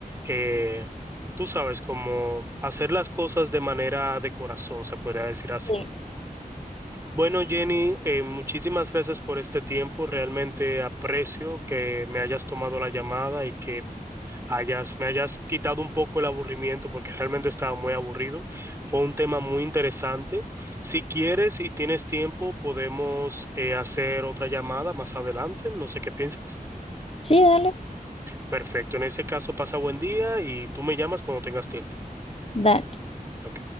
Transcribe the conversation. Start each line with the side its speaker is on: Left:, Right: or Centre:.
Right: eh, tú sabes, como hacer las cosas de manera de corazón, se podría decir así.
Left: Sí,
Right: Bueno, Jenny, eh, muchísimas gracias por este tiempo. Realmente aprecio que me hayas tomado la llamada y que hayas, me hayas quitado un poco el aburrimiento porque realmente estaba muy aburrido. Fue un tema muy interesante. Si quieres y tienes tiempo, podemos eh, hacer otra llamada más adelante. No sé qué piensas.
Left: sí, dale,
Right: Perfecto. En ese caso, pasa buen día y tú me llamas cuando tengas tiempo.
Left: dale.
Right: Ok.